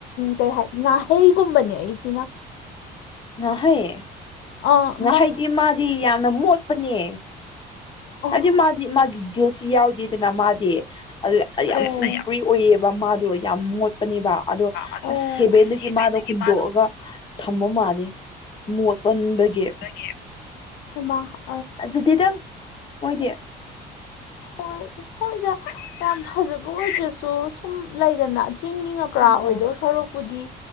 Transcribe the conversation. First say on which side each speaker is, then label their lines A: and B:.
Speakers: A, on the left; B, on the left.
A: ꯀꯩ ꯍꯥꯏ ꯉꯥꯍꯩꯒꯨꯝꯕꯅꯦ ꯑꯩꯁꯤꯅ
B: ꯉꯥꯍꯩ
A: ꯑꯥ
B: ꯉꯥꯍꯩꯗꯤ
A: ꯑꯃ
B: ꯃꯥꯗꯤ ꯌꯥꯝꯅ ꯃꯣꯠꯄꯅꯦ
A: ꯑꯣ
B: ꯍꯥꯏꯗꯤ ꯃꯥꯗꯤ ꯃꯥꯒꯤ ꯒꯤꯜꯁꯨ ꯌꯥꯎꯗꯦꯗꯅ ꯃꯥꯗꯤ ꯑꯗꯨ
A: ꯑꯣ
B: ꯌꯥꯝ ꯁꯤꯜ ꯐ꯭ꯔꯤ ꯑꯣꯏꯑꯕ ꯃꯥꯗꯣ ꯌꯥꯝ ꯃꯣꯠꯄꯅꯦꯕ ꯑꯗꯣ
A: ꯑꯣ
B: ꯑꯁ ꯍꯦꯕꯦꯟꯗꯒꯤ
A: ꯍꯩꯃꯥ
B: ꯃꯥꯗꯣ ꯍꯨꯟꯗꯣꯛꯑꯒ ꯊꯝꯕ ꯃꯥꯜꯂꯦ ꯃꯣꯠ ꯃꯟꯕꯒꯤ
A: ꯍꯩꯃꯥ
B: ꯐꯖꯗꯦꯗ ꯃꯣꯏꯗꯤ
A: ꯍꯣꯏ ꯍꯣꯏꯗ ꯌꯥꯝ ꯐꯖꯕ ꯑꯣꯏꯗ꯭ꯔꯁꯨ ꯁꯨꯝ ꯂꯩꯗꯅ ꯆꯤꯡꯒꯤꯉꯛ ꯀ꯭ꯔꯥ
B: ꯑꯥ
A: ꯑꯣꯏꯗꯣ
B: ꯑꯥ
A: ꯁꯔꯣꯛꯄꯨꯗꯤ